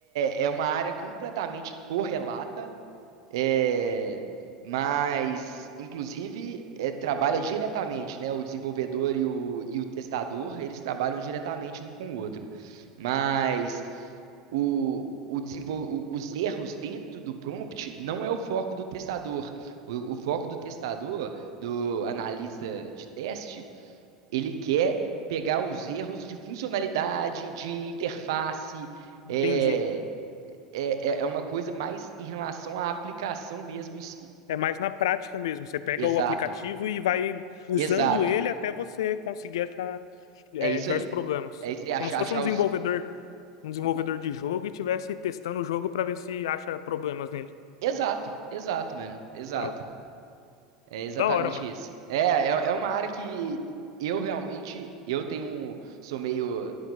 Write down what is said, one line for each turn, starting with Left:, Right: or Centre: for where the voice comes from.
Right: é, é uma área completamente correlata, é, mas, inclusive, é, trabalha diretamente, né? O desenvolvedor e o, e o testador, eles trabalham diretamente um com o outro. Mas o, o desenvol- o- os erros dentro do prompt não é o foco do testador. O, o foco do testador, do analista de teste, ele quer pegar os erros de funcionalidade, de interface,
Left: Entendi.
Right: é, é, é é uma coisa mais em relação à aplicação mesmo em si.
Left: É mais na prática mesmo. Você pega
Right: Exato,
Left: o aplicativo e vai usando
Right: exato.
Left: ele até você conseguir achar é,
Right: É isso
Left: diversos
Right: aí.
Left: problemas.
Right: É isso aí, achar,
Left: Como se fosse
Right: achar
Left: um desenvolvedor,
Right: os.
Left: um desenvolvedor
Right: o- o-
Left: de jogo e estivesse testando o jogo para ver se acha problemas nele.
Right: Exato, exato, mano. Exato.
Left: Ah,
Right: É exatamente
Left: Da hora, mano.
Right: isso. É, é, é uma área que eu realmente, eu tenho, um- sou meio